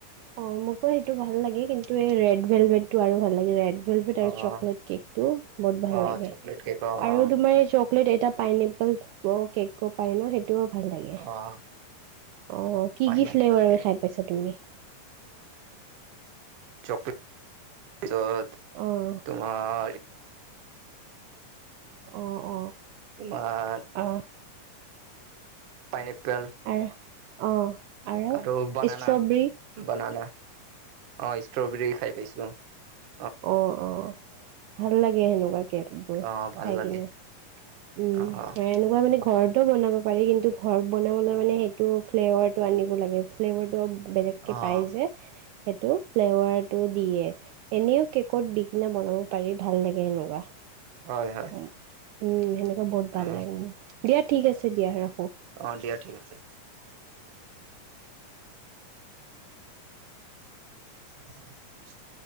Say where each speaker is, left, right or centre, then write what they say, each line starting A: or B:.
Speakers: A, on the right; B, on the right.
A: অ' মোক অ, সেইটো ভাল লাগে কিন্তু এই ৰেড ভেলবেট টো আৰু ভাল লাগে ৰেড ভেলভেদ আৰু
B: অ',
A: চকলেট কেকটো বহুত ভাল
B: অ',
A: লাগে
B: চকলেট কেক অ',
A: আৰু
B: অ',
A: তোমাৰ এটা পাইনপল কেকো পায় ন সেইটোও ভাল লাগে।
B: অ',
A: অ' কি,
B: পাইনএপল
A: কি ফ্লেভাৰ
B: কেক
A: খাই পাইছা তুমি?
B: চকলেট তাৰপিছত
A: অ'।
B: তোমাৰ।
A: অ, অ।
B: তোমাৰ
A: অ,
B: পাইনেপেল।
A: আৰু অ'।
B: আৰু বানানা,
A: ষ্ট্ৰবেৰী
B: বানানা, অ, ষ্ট্ৰবেৰী খাই পাইছো অ।
A: অ, অ ভাল লাগে সেনেকুৱাকে।
B: অ', ভাল
A: খাই
B: লাগে
A: কিনে, উম
B: অ'।
A: সেনেকুৱা মানে ঘৰতো বনাব পাৰি কিন্তু ঘৰত বনাবলৈ মানে সেইটো ফ্লেভাৰটো আনিব লাগে। ফ্লেভাৰটো অ' বেলেগ।
B: অ',
A: পাই যে সেইটো ফ্লেভাৰটো দিয়ে। এনেও কেকত দি কিনে বনাব পাৰি ভাল লাগে সেনেকুৱা।
B: অ',
A: উম, সেনেকুৱা বহুত
B: অ',
A: ভাল লাগে, দিয়া ঠিক আছে দিয়া ৰাখো।
B: অ, দিয়া ঠিক আছে। <inaudible>